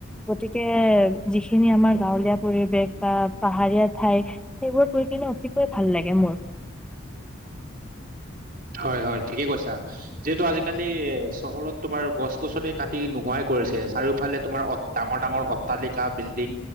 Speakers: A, in the centre; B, on the right.
A: গতিকে যি যিখিনি আমাৰ গাঁৱলীয়া পৰিৱেশ বা পাহাৰীয়া ঠাই, সেইবোৰ গৈ কিনে অতিকৈ ভাল লাগে মোৰ।
B: হয় - হয়, ঠিকেই কৈছা। যিহেতু আজিকালি চহৰত তোমাৰ গছ-গছনি কাটি নোহোৱাই কৰিছে। চাৰিওফালে তোমাৰ অ- ডাঙৰ - ডাঙৰ অট্টালিকা, বিল্ডিং